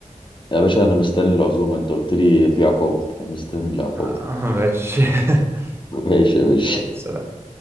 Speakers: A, on the left (about 40°); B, on the right (about 20°).
A: يا باشا أنا مستني العزومة أنت قلت لي في عقاب أنا مستني العقاب
B: آه، ماشي <laughs>
A: <laughs> ماشي يا
B: يلا
A: باشا
B: سلام